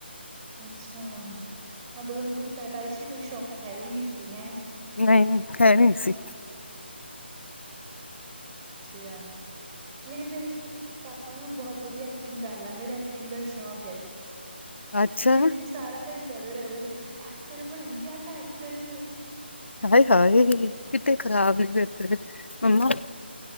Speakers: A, on the right (about 20°); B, on the left (about 80°).
A: ਅੱਛਾ, ਮਤਲਬ ਤੁਹਾਨੂੰ ਕੋਈ ਪੈਦਾਇਸ਼ੀ ਕੋਈ ਸ਼ੌਕ ਹੈ ਹੀ ਨਹੀਂ ਸੀ ਹੈਂ
B: ਨਹੀਂ, ਹੈ ਨਹੀਂ ਸੀ।
A: ਅੱਛਾ, ਲੇਕਿਨ ਮੇਰੇ ਪਾਪਾ ਨੂੰ ਬਹੁਤ ਵਧੀਆ ਐਕਟਿੰਗ ਕਰ ਲੈਂਦੇ ਨੇ ਐਕਟਿੰਗ ਦਾ ਸ਼ੌਕ ਹੈ।
B: ਅੱਛਾ
A: ਮੇਰੀ ਮੰਮਾਂ ਸਾਰਾ ਟਾਈਮ ਕਹਿੰਦੇ ਰਹਿੰਦੇ ਨੇ ਐਕਟਰ ਬਣਨਗੇ ਆਪਾਂ ਐਕਟਰ।
B: ਹਾਏ-ਹਾਏ ਕਿਤੇ ਖ਼ਰਾਬ ਨ ਫਿਰ ਮੰਮਾ